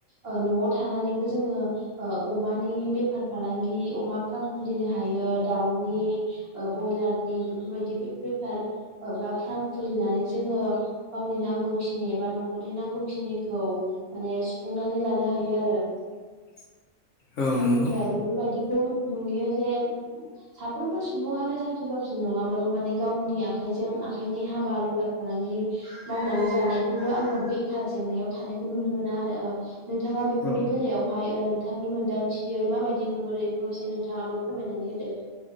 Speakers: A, on the right; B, on the left.
A: ओ न'आव थानानैबो जोङो ओ अमानि बेफार फालांगि अमा फार्म खुलिनो हायो यो दाउनि ओ बयलार नि बेफोरबायदि बेफार ओ बा फ्रा खुलिनानै जोङो गावनि नांगौखिनि एबा न'खरनि नांगौखिनिखौ माने सुं सुफुंनानै लानो हायो आरो
B: <inaudible> औ
A: आंनिफ्राय
B: नंगौ
A: बेफोरबायदि खौ नुयो जे साफ्रबो सुबुनो साख्रि बाख्रि नङाब्लाबो माने गावनि आखाइ जों आखाइनि हाबा बेफार फालांगि मावनानै जानायखौबो आङो बेखार जेंनायाव थानायखौ नुनो मोनो आरो ओ नोंथाङा बेफोरनि
B: औ
A: बेलायावहाय ओ नोंथांनि मोनदांथियै माबायदि नुहुरो बेखौ एसे नोंथाङाबो फोरमायनानै होदो